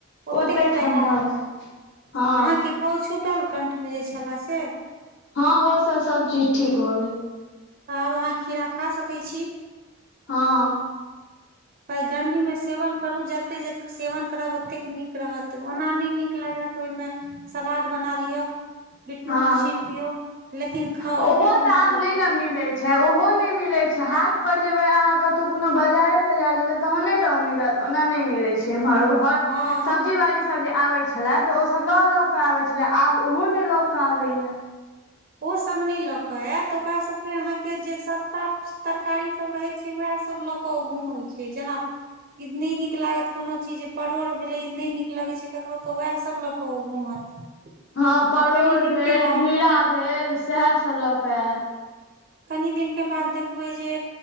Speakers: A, on the right; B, on the left.
A: ओतेक
B: ओते
A: फायदा
B: ठण्डा
A: करत,
B: होइ छै हँ
A: अहाँके घाव छूटल कंठमे जे छले से?
B: हँ ओ सब-सब चीज ठीक भऽ गेल।
A: आब अहाँ खीरा खा सकै छी।
B: हँ।
A: त गर्मीमे सेवन करू जते जे सेवन करब ओतेक नीक रहत, ओना नहि नीक लागे ओहिमे सलाद बना लिअ। बिटनून
B: हँ
A: छीट दियौ, लेकिन खाउ,
B: ओहो
A: भरि मोन
B: तऽ आब
A: खाउ,
B: नहि ने मिलै छै, ओहो नहि मिलै छै, हाट पर जेबै अहाँ कतहु कोनो बजारे- ताजार जेबै तऽ तहने टा ओ मिलत, ओना नहि मिले छै एम्हर ओ। घर,
A: हँ
B: सब्जी वाली सब जे आबे छले, तऽ ओ सब ल ल के आबे छले, आब ओहो अबैए।
A: ओसभ नहि लऽ कऽ आयत, ओकरा सभके अहाँके जे सस्ता तरकारीसभ रहै छै, एह सभ लऽ कऽ घूमैत छै। जेना ई न निक लागत कोनो चीज जे परोड़ भेले न निक लगे छै केकरो, त वैह सब ल क घूमत।
B: हँ परोड़
A: आब कनि दिन
B: भेल,
A: के बाद
B: घिरा भेल, सएहसभ लऽ कऽ आयत।
A: कनी दिनके बाद देखबै जे